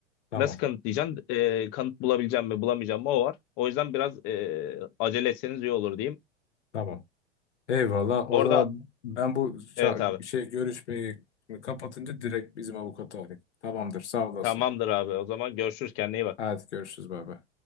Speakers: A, on the left; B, on the left.
A: tamam.
B: Nasıl kanıtlayacaksın? E, kanıt bulabileceğim mi, bulamayacağım mı o var. O yüzden biraz e, acele etseniz iyi olur diyeyim.
A: Tamam. Eyvallah. O
B: Orada
A: zaman ben bu ça-
B: evet abi.
A: şey görüşmeyi kapatınca direkt bizim avukatı arayayım. Tamamdır. Sağ olasın.
B: Tamamdır abi. O zaman görüşürüz. Kendine iyi bak.
A: Hadi görüşürüz. Bay bay.